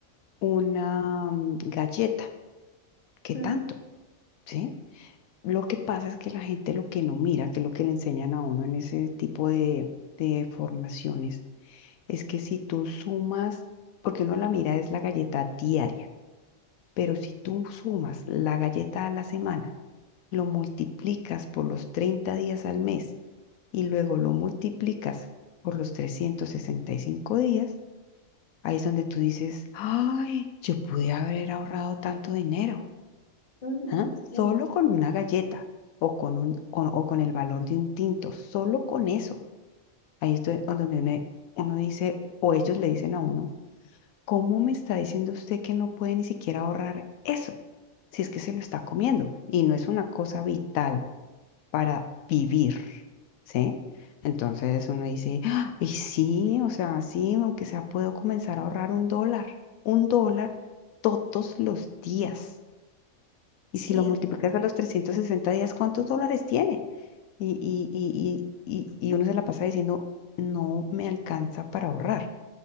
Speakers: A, on the left (about 80°); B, on the left (about 30°).
A: una mm, galleta? ¿Qué
B: Mm,
A: tanto? ¿Sí? Lo que pasa es que la gente lo que no mira, que es lo que le enseñan a uno en ese tipo de, de formaciones, es que si tú sumas, porque uno la mira es la galleta diaria, pero si tú sumas la galleta a la semana, lo multiplicas por los 30 días al mes y luego lo multiplicas por los 365 días, ahí es donde tú dices, ay, yo pude haber ahorrado tanto dinero.
B: ujú,
A: ¿ah? Solo
B: Sí,
A: con una galleta o con un, con- o con el valor de un tinto, solo con eso. Ahí es do- donde uno, uno dice, o ellos le dicen a uno, ¿cómo me está diciendo usted que no puede ni siquiera ahorrar eso? Si es que se lo está comiendo y no es una cosa vital para vivir, ¿sí? Entonces uno dice, "Ah, y sí, o sea, sí, aunque sea, puedo comenzar a ahorrar un dólar, un dólar todos los días.
B: sí,
A: Y si lo multiplicas
B: es verdad.
A: a los 360 días, ¿cuántos dólares tiene? Y, y, y, y, y, y uno se la pasa diciendo, no me alcanza para ahorrar.